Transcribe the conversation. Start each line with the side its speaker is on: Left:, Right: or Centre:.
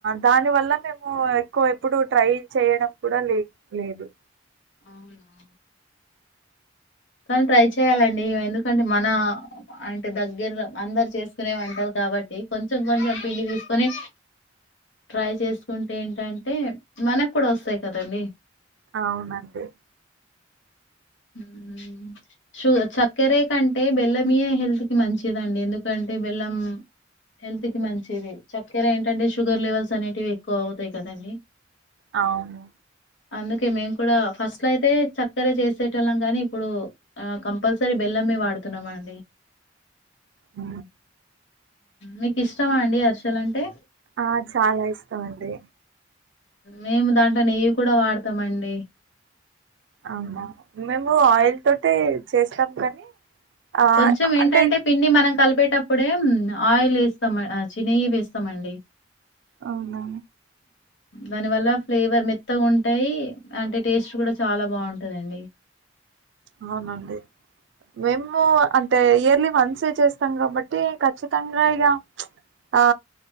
Right: దాని వల్ల మేము ఎక్కువ ఎప్పుడు ట్రై చేయడం కూడా లే లేదు
Left: అవునా కానీ ట్రై చేయాలండి ఎందుకంటే మన అంటే దగ్గర అందరు చేసుకునే వంటారు కదా కాబట్టి కొంచెం కొంచెం పిండి తీసుకొని ట్రై చేసుకుంటే ఏంటంటే మనకు కూడా వస్తాయి కదండి
Right: అవునండి
Left: ఉమ్ ఉ షుగ చక్కెరే కంటే బెల్లమయ హెల్త్కి మంచిదండి ఎందుకంటే బెల్లం హెల్త్ కి మంచివి చక్కెర ఏంటంటే షుగర్ లెవెల్స్ అనేటివి ఎక్కువ అవుతాయి కదండడి
Right: అవును
Left: అందుకే మేము కూడా ఫస్ట్ లో అయితే చక్కర చేసే లం కానీ ఇప్పుడు కంపల్సరీ బెల్లమే వాడుతున్నాం అండి
Right: ఉ
Left: మీకు ఇష్టమా అండి అరిసలంటే
Right: ఆ చాలా ఇష్టం అండి
Left: మేము దాంట్లో నెయ్యి కూడా వాడతామండి
Right: అవునా మేము ఆయిల్ తోట చేస్తాం కానీ ఆ
Left: కొంచెం ఏంటంటే
Right: అంటే
Left: పిండి మనం కలిపేటప్పుడే ఆయిల్ వేస్తాం చిన్య వేస్తామండి
Right: అవునా
Left: దానివల్ల ఫ్లేవర్ మెత్తగా ఉంటాయి అంటే టేస్ట్ కూడా చాలా బాగుంటుందండి
Right: అవునండి మేము అ అంటే ఇయర్లీ వన్స్ చేస్తాం కాబట్టి ఖచ్చితంగా ఇక ఆ